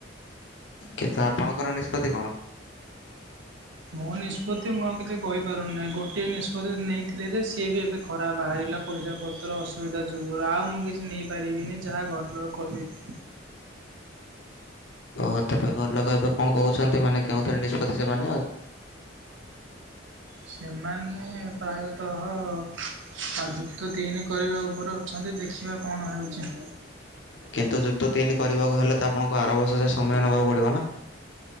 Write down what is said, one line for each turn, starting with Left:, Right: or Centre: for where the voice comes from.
Left: କିନ୍ତ ଆପଣଙ୍କର ନିଷ୍ପତ୍ତି କଣ?
Right: ମୋ ନିଷ୍ପତ୍ତି ମୁଁ ଆଉ କିଛି କହିପାରୁନହିଁ ଗୋଟିଏ ନିଷ୍ପତ୍ତି ନେଇଥିଲେ ଯେ ସିଏ ବି ଏବେ ଖରା ବାହାରିଲା ପଇସା ପତ୍ର ଅସୁବିଧା ଯୁଗରୁ ଆଉ ମୁଁ କିଛି ନେଇପାରିବିନି ଯାହା ଘରଲୋକ କହିବେ।
Left: ଓହୋ ତବେ ଘରଲୋକ ଏବେ କଣ କହୁଛନ୍ତି ମାନେ କେଉଁଥିରେ ନିଷ୍ପତ୍ତି ସେମାନେ ଆଉ
Right: ସେମାନେ ପ୍ରାୟତଃ ହ ଯୁକ୍ତ ତିନି କରିବା ଉପରେ ଅଛନ୍ତି ଦେଖିବା କଣ ହେଉଛି।
Left: କିନ୍ତୁ ଯୁକ୍ତ ତିନି କରିବାକୁ ହେଲେ ତ ଆପଣଙ୍କୁ ଆର ବର୍ଷ ଯ ସମୟ ନେବାକୁ ପଡ଼ିବ ନା?